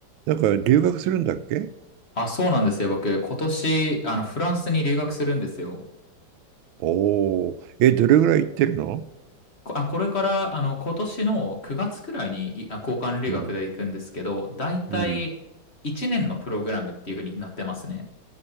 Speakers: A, on the right; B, on the left.
A: なんか留学するんだっけ
B: あ、そうなんですよ。僕、今年、あの、フランスに留学するんですよ。
A: おおー、え、どれぐらい行ってるの
B: こあ、これから、あの、今年の9月くらいに、いあ、交換留学で行くんですけど、
A: うん、
B: だいたい1年のプログラムっていう風になってますね。
A: うん。